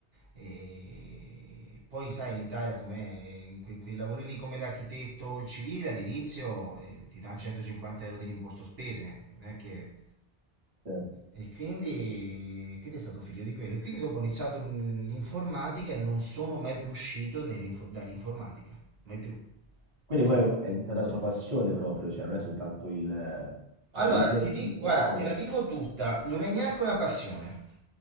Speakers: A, on the right; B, on the right.
A: E poi sai, in Italia come quei, quei lavori lì come l'architetto, o il civile all'inizio eh, ti dà 150 euro di rimborso spese, non è che...
B: certo.
A: E quindi, quindi è stato figlio di quello. E quindi dopo ho iniziato l'informatica e non sono mai più uscito nell'info- dall'informatica, mai più.
B: Quindi
A: Sì.
B: poi è diventata la tua passione proprio, cioè non è soltanto il,
A: Allora,
B: cioè, il piacere
A: ti di-
B: di suonare,
A: guarda, te
B: ma...
A: la dico tutta, non è neanche una passione,